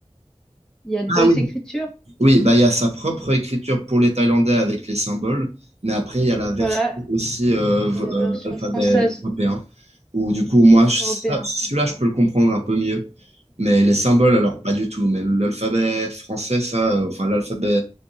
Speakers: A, in the centre; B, on the right.
A: il y a deux
B: Ah oui.
A: écritures.
B: Oui, bah, il y a sa propre écriture pour les Thaïlandais avec les symboles, mais après, il y a la version
A: Voilà.
B: aussi euh, v-
A: Il y a la
B: euh,
A: version
B: alphabet
A: française
B: européen, où du coup, moi, je-
A: Européen.
B: ça- celui-là, je peux le comprendre un peu mieux, mais les symboles, alors
A: Ouais.
B: pas du tout, mais l'alphabet français, ça, euh, enfin, l'alphabet